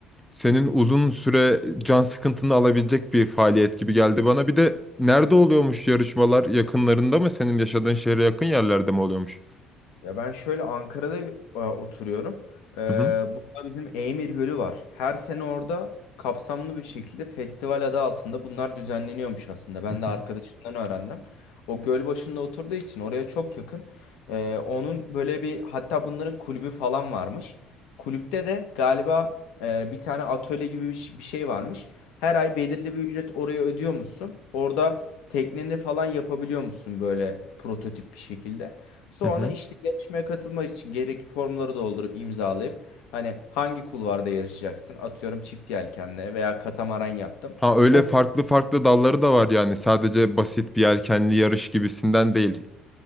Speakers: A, in the centre; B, on the left.
A: senin uzun süre can sıkıntını alabilecek bir faaliyet gibi geldi bana. Bir de nerede oluyormuş yarışmalar? Yakınlarında mı? Senin yaşadığın şehre yakın yerlerde mi oluyormuş?
B: Ya ben şöyle Ankara'da e, oturuyorum. Ee,
A: Hı hı.
B: burada bizim Eymir Gölü var. Her sene orada kapsamlı bir şekilde festival adı altında bunlar düzenleniyormuş aslında. Ben
A: Hı
B: de
A: hı.
B: arkadaşımdan öğrendim. O göl başında oturduğu için oraya çok yakın. Ee, onun böyle bir hatta bunların kulübü falan varmış. Kulüpte de galiba e, bir tane atölye gibi bir ş- bir şey varmış. Her ay belirli bir ücret oraya ödüyormuşsun. Orada tekneni falan yapabiliyormuşsun böyle prototip bir şekilde. Sonra
A: Hı hı.
B: işte yarışmaya katılmak için gerekli formları doldurup imzalayıp hani hangi kulvarda yarışacaksın? Atıyorum çift yelkenle veya katamaran yaptım.
A: Ha öyle
B: O
A: farklı
B: kul-
A: farklı dalları da var yani. Sadece basit bir yelkenli yarış gibisinden değil.